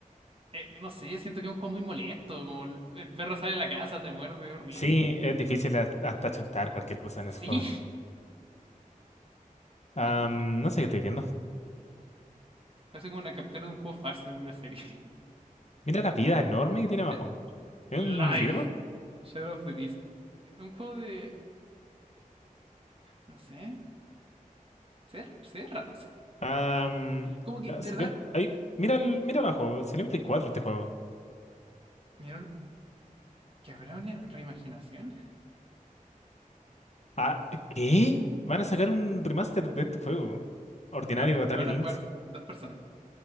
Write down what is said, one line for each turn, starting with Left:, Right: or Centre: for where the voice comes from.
Right: eh, no sé, siento que es un juego muy molesto, como el, el perro sale de la casa, te muerde, horrible.
Left: Sí, es difícil has- hasta chuntar cualquier cosa en
Right: Sí,
Left: ese juego.
Right: <laughs>
Left: Am,
Right: ¿qué te fue?
Left: no sé qué estoy viendo.
Right: Parece como una captura de un juego falso en una serie.
Left: Mira la vida enorme que tiene abajo.
Right: <laughs>
Left: ¿Es
Right: Live,
Left: un videomap?
Right: Shadow of the Beast. Un juego de no sé, ser ser ra- ser-
Left: Am,
Right: como que
Left: ah,
Right: de
Left: salió,
Right: verdad,
Left: en- ahí- mira, el- mira abajo, salió en Play cuatro este juego.
Right: ¿vieron que habrá una reimaginación.
Left: Ah, ¿qué? Van a sacar un remaster de este juego. Ordinario
Right: Lo,
Left: de Atari
Right: lo van
Left: Lynx.
Right: a jugar dos personas.